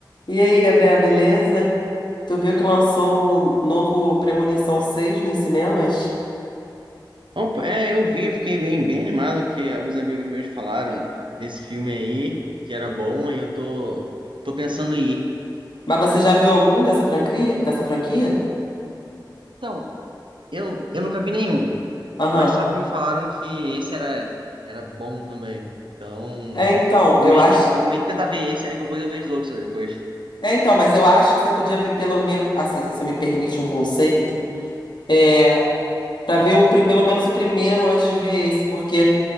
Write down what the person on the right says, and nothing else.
Opa, é, eu vi, eu fiquei bem, bem animado, que alguns amigos meus falaram desse filme aí, que era bom, aí eu tô, tô pensando em ir.
Então, eu, eu nunca vi nenhum,
mas só que me falaram que esse era, era bom também. Então,
eu vou
meio
que, eu vou meio que tentar ver esse, aí qualquer coisa eu vejo os outros depois.